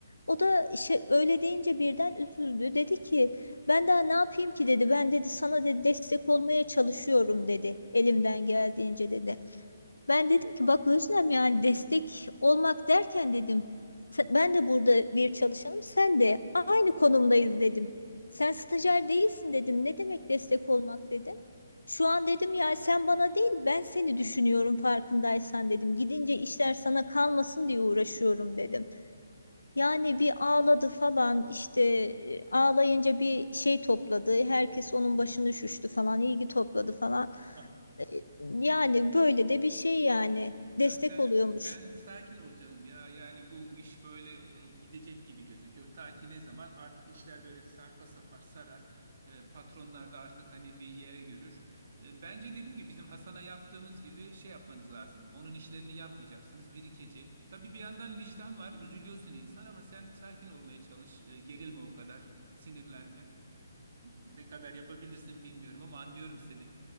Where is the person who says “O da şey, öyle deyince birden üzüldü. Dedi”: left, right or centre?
Left